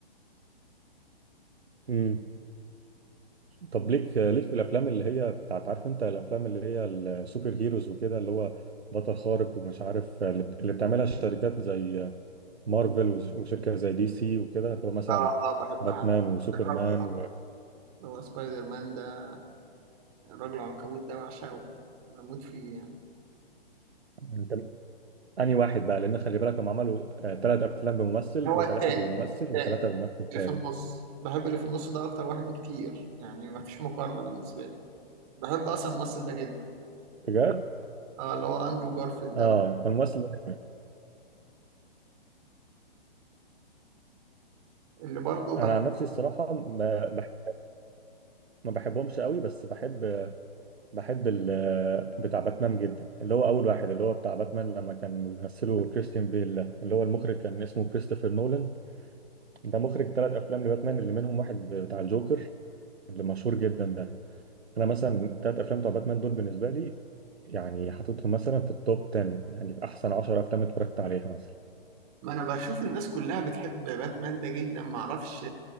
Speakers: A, on the right (about 80°); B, on the right (about 35°).
A: مم. طب ليك ليك في الأفلام اللي هي بتاعت عارف أنت الأفلام اللي هي السوبر هيروز وكده اللي هو بطل خارق ومش عارف اللي بت- اللي بتعملها الشركات زي مارفل وش- وشركة زي دي سي وكده اللي هو مثلا
B: اه اه بحبها
A: باتمان وسوبرمان
B: الرجل اللي هو سبايدر مان ده الرجل العنكبوت ده بعشقه بموت فيه يعني
A: و... انهي واحد بقى لان خلي بالك هم عملوا ثلاث افلام بممثل
B: هو
A: وثلاثه
B: التاني
A: بممثل وثلاثه
B: التاني
A: بممثل
B: اللي
A: ثالث
B: في النص بحب اللي في النص ده اكتر واحد بكتير يعني مفيش مقارنه بالنسبه لي بحب اصلا الممثل ده جدا
A: بجد
B: اه اللي هو اندرو جارفيلد ده
A: اه الممثل ده جامد.
B: اللي برضه
A: انا
B: بحب
A: عن نفسي الصراحه ما بح- ما بحبهمش قوي بس بحب بحب ال- بتاع باتمان جدا اللي هو اول واحد اللي هو بتاع باتمان لما كان بيمثله كريستيان بيل ده اللي هو المخرج كان اسمه كريستوفر نولان ده مخرج ثلاث افلام لباتمان اللي منهم واحد بتاع الجوكر اللي مشهور جدا ده انا مثلا تلات افلام بتوع باتمان دول بالنسبه لي يعني حاططهم مثلا في التوب 10 يعني في احسن 10 افلام اتفرجت عليها مثلا
B: ما انا بشوف الناس كلها بتحب باتمان ده جدا ما اعرفش